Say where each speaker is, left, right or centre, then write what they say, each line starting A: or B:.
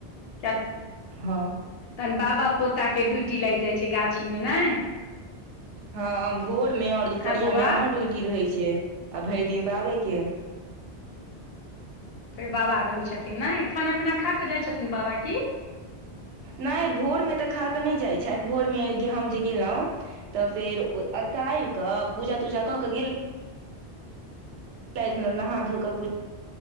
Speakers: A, on the left (about 65°); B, on the right (about 85°).
A: तहन
B: हँ
A: बाबा पोता के ड्यूटी लागि जाइ छै गाछी मे ने
B: हँ भोर मे आओर दुपहरियामे
A: आँ बौआ
B: हमर ड्यूटी रहै छै आ भरि दिन बाबे के
A: फेर बाबा रहै छथिन नहि खाना पीना खााकऽ जाइ छथिन बाबा की
B: नहि भोरमे तऽ खा कऽ नहि जाइत छथि भोरमे हम जे गेलहुँ तऽ फेर एत आबि कऽ पूजा तूजा क के गेल कहि कें मतलब नहा धोऽक पूजा